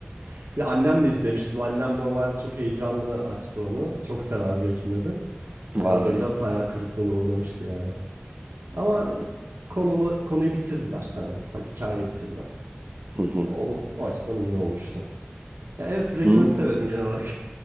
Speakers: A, on the right; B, on the right.
A: <laughs> Bir annemle izlemiştim. Annem normalde çok heyecanlı açtı onu. Çok sever Breaking Bad'i.
B: Vay.
A: Ee, o da biraz hayal kırıklığına uğramıştı yani. Ama konunu, konuyu bitirdiler. Hani ha- hikayeyi bitirdiler.
B: Hı hı.
A: Ya onu o açıdan iyi olmuştu. Ya evet Breaking
B: Hmm.
A: Bad'i severim genel olarak.